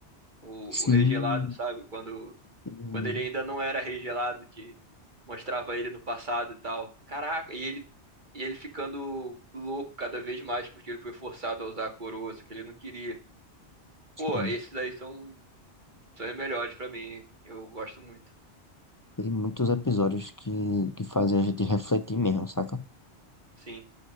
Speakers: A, on the right; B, on the left.
A: o,
B: Sim,
A: o Rei Gelado, sabe? Quando,
B: sim,
A: quando ele ainda não era Rei Gelado, que mostrava ele no passado e tal. Caraca, e ele e ele ficando louco cada vez mais porque ele foi forçado a usar a coroa, só que ele não queria.
B: sim.
A: Pô, esses aí são são os melhores pra mim. Eu gosto muito.
B: Tem muitos episódios que, que fazem a gente refletir mesmo, saca?
A: Sim.